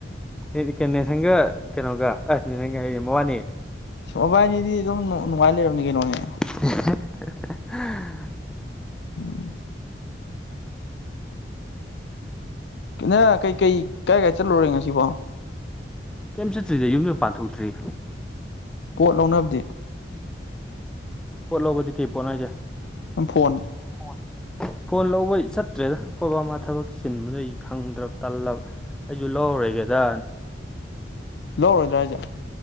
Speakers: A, in the centre; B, on the left.
A: ꯏ ꯅꯁꯪꯒ ꯀꯩꯅꯣꯒ ꯑꯁ ꯅꯁꯪꯒ ꯑꯩꯁꯦ ꯃꯅꯤ
B: ꯣꯕꯥꯏꯅꯤꯗꯤ ꯑꯗꯨꯝ ꯅꯨꯡꯉꯥꯏ ꯂꯩꯔꯕꯅꯤ ꯀꯩꯅꯣꯅꯦ
A: <unintelligible>
B: ꯎꯝ ꯅ ꯀꯩꯀꯩ ꯀꯥꯏ ꯀꯥꯏ ꯆꯠꯂꯨꯔꯦ ꯉꯁꯤꯕꯣ
A: ꯀꯩꯝ ꯆꯠꯇ꯭ꯔꯤꯗ ꯌꯨꯝ ꯌ ꯄꯥꯟꯊꯣꯛꯇ꯭ꯔꯤ
B: ꯄꯣꯠ ꯂꯧꯅꯕꯗꯤ
A: ꯄꯣꯠ ꯂꯧꯕꯗꯤ ꯀꯩ ꯄꯣꯠꯅꯁꯦ
B: ꯐꯣꯟ
A: ꯐꯣꯟ ꯐꯣꯟ ꯂꯧꯕ ꯆꯠꯇ꯭ꯔꯦꯗ ꯑꯩꯈꯣꯏ ꯕ ꯃꯥ ꯊꯕꯛ ꯆꯤꯟꯕꯗꯩ ꯍꯪꯗ꯭ꯔꯕ ꯇꯜꯂꯕ ꯑꯩꯁꯨ ꯂꯧꯔꯔꯒꯦꯗ
B: ꯂꯧꯔꯣꯏꯗ꯭ꯔꯥ ꯍꯥꯏꯁꯦ